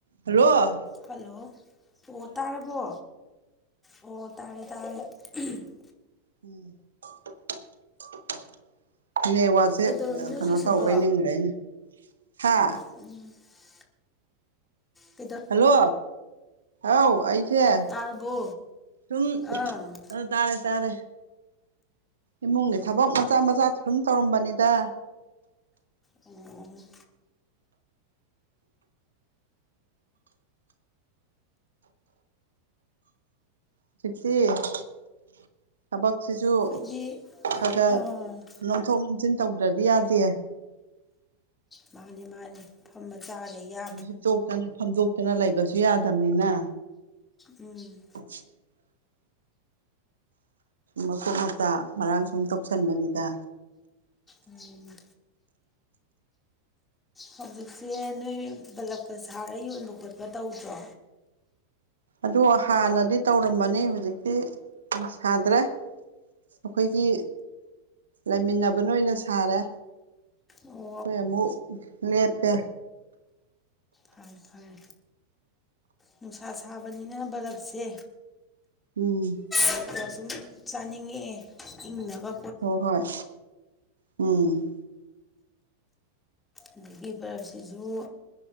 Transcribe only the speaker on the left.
ꯍꯜꯂꯣ ꯑꯣ ꯇꯥꯔꯕꯣ ꯑꯣ ꯇꯥꯔꯦ ꯇꯥꯔꯦ <unintelligible>
ꯀꯩꯗꯧꯔꯝꯃꯤꯅꯣ
ꯍꯧꯖꯤꯛꯁꯤꯕꯣ
<unintelligible> ꯀꯩꯗꯧ
ꯇꯥꯔꯕꯣ
ꯑꯥ
ꯑꯣ
ꯑꯩꯈꯣꯏꯗꯤ
ꯑꯥ
ꯃꯥꯅꯤ ꯃꯥꯅꯤ ꯐꯝꯃ ꯆꯥ ꯂꯩ ꯌꯥ
ꯎꯝ
ꯎꯝ ꯍꯧꯖꯤꯛꯁꯦ ꯅꯣꯏ ꯕꯂꯞꯀ ꯁꯥꯔ ꯌꯣꯟꯕ ꯈꯣꯠꯄ ꯇꯧꯗ꯭ꯔꯣ
ꯑꯣ
ꯐꯔꯦ ꯐꯔꯦ ꯅꯨꯡꯁꯥ ꯁꯥꯕꯅꯤꯅ ꯕꯔꯞꯁꯦ
ꯑꯗꯨꯗ ꯁꯨꯝ ꯆꯥꯅꯤꯡꯉꯦꯑꯦ ꯏꯪꯅꯕ
ꯑꯗꯒꯤ ꯕꯔꯞꯁꯤꯖꯨ